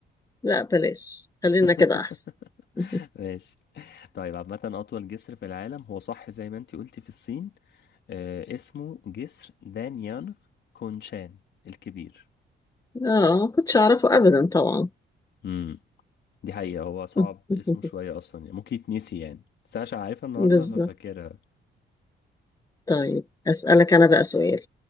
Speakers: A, on the left (about 20°); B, on the left (about 60°).
A: لا بلاش خلينا
B: <laughs>
A: كده احسن <laughs>
B: ماشي طيب عامه اطول جسر في العالم هو صح زي ما انت قلتي في الصين آه اسمه جسر دانيانغ كونشان الكبير
A: اه ما كنتش اعرفه ابدا طبعا
B: مم. دي حقيقة هو صعب
A: <laughs>
B: اسمه شوية أصلا يعني ممكن يتنسي يعني بس أنا عشان عارفها النهاردة
A: بالظبط
B: ففاكرها
A: طيب اسألك انا بقى سؤال